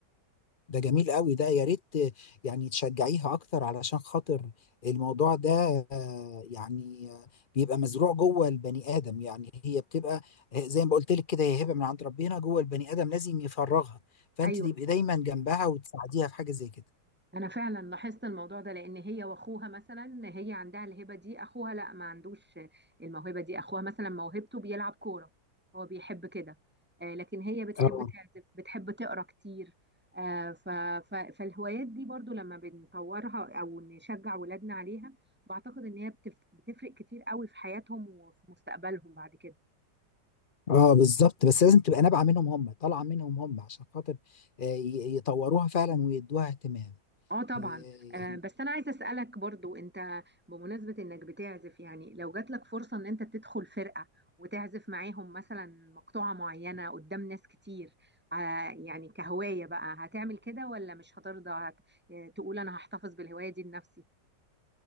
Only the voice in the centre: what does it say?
أيوة
انا فعلا لاحظت الموضوع ده لان هي واخوها مثلا هي عندها الهبه دي اخوها لا ما عندوش الموهبه دي اخوها مثلا موهبته بيلعب كوره هو بيحب كده آه، لكن هي بتحب
تعزف بتحب تقرا كتير آه، ف- ف- فالهوايات دي برضو لما بنطورها او نشجع ولادنا عليها بعتقد ان هي بتف- بتفرق كتير قوي في حياتهم وفي مستقبلهم بعد كده
اه طبعا
آه بس انا عايزه اسالك برضو انت بمناسبه انك بتعزف يعني لو جات لك فرصه ان انت تدخل فرقه وتعزف معاهم مثلا مقطوعه معينه قدام ناس كتير آه يعني كهوايه بقى هتعمل كده ولا مش هترضى هت... آه، تقول انا هحتفظ بالهوايه دي لنفسي